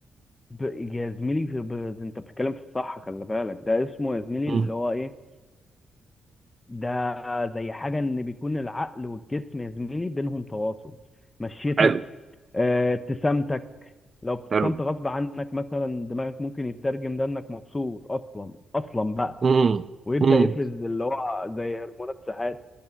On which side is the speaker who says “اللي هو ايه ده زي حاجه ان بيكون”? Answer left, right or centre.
Left